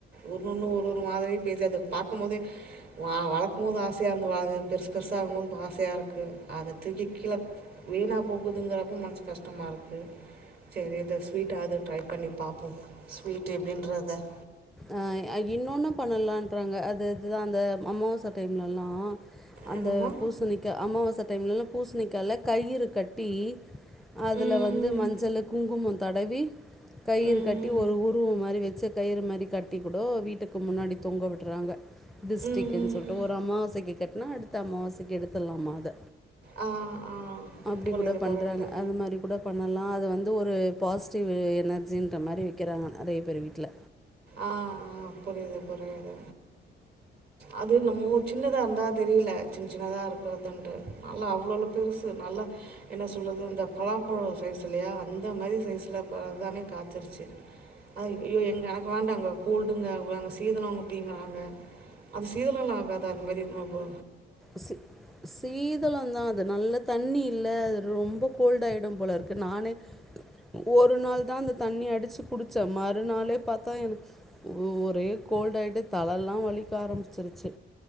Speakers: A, on the right (about 55°); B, in the centre.
A: ஒவ்வொன்னு ஒரு ஒரு மாதிரி பேசி அத பாக்கும்போதே வ வளக்கனுங்கற ஆ ஆசயா இருந்து வாது பெருசு பெருசா ஆகும்போது ஆசயா இருக்கு. அத தூக்கி கீழ வீணா போகுதுங்கறப்ப மனசு கஷ்டமா இருக்கு செரி இத ஸ்வீட்டாவ்து ட்ரை பண்ணி பாப்போ ஸ்வீட் எப்படின்றத
B: ஆ இன்னொன்னு பண்ணலான்றாங்க அது இதுதா அந்த அமாவாச டைம்ல எல்லா அந்த
A: என்னவா
B: பூசணிக்கா அமாவா ச டைம்ல பூசணிக்கால கயிறு கட்டி அதுல
A: ம்
B: வந்து மஞ்சள்ளு குங்குமோ தடவி கயிறு
A: ம்
B: கட்டி ஒரு ஊ மாரி வெச்சு கயிறு மாரி கட்டி கூடோ வீட்டுக்கு முன்னாடி தொங்க விடறாங்க. திஸ்டிகின்னு
A: ம்
B: சொல்ட்டு ஒரு அமாவாசக்கி கட்னா அடுத்த அமாவாசக்கி எடுத்தடலாமா அத
A: ஆ ஆ
B: அப்டி
A: புரியுது
B: கூட பண்றாங்க
A: புரியுது
B: அது மாரி கூட பண்ண லா அது வந்து ஒரு பாசிட்டிவ் எனர்ஜின்ற மாரி வெக்கெறாங் நெறய பேர் வீட்ல
A: ஆ ஆ புரியுது புரியுது அது நம் ஓ சின்னதா இருந்தா தெரில சின்ன சின்னதா இருக்கறதுன்ட்டு நல்லா அவ்ளவ்ளோ பெருசு நல்லா என் என்ன சொல்றது அந்த பலாப்பழோ சைஸ் இல்லையா அந்த மாரி சைஸ்ல பலோ எல்லாமே காச்சுருச்சு. அத ஏ எங்க எனக்கு வேண்டாங்க கோல்டுங்க அங்க சீதனோ அவுங்க அப்பிடிங்கறாங்க. அது சீதெல்லா ஆகாதா அந்த மாரி நம்ம போ
B: சி சீதளந்தா அது நல்ல தண்ணி இல்ல ரொம்ப கோல்ட் ஆயிடு போல இருக்கு நானே ஒரு நாள்தா அந்த தண்ணி அடுச்சு குடுச்ச மறுநாளே பாத்தா எனக்கு ஒரே கோ கோல்ட் ஆயிட்டு தல எல்லா வலிக்க ஆரம்பிச்சிருச்சு.